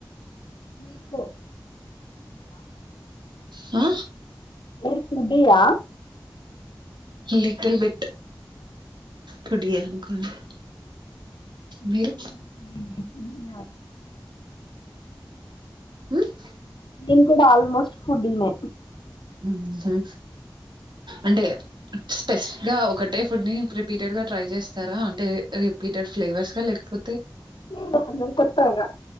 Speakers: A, on the left; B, on the right.
A: నీళ్లు
B: హా
A: మీరు food yeah
B: little bit food యే అనుకోండి మీరు
A: నేను కూడా ఫుడ్ నే ఫుడ్డీ
B: ఉమ్
A: నేన్ కూడా ఆల్మోస్ట్ ఫూడ్డినే
B: ఉంహు అంటే స్పెసిఫిక్ గా ఒకటే ఫుడ్ ని రిపీటెడ్ గా ట్రై చేస్తారా అంటే రిపీటెడ్ ఫ్లేవర్స్ గా లేకపో
A: లేదు కొంచెం కొత్తగా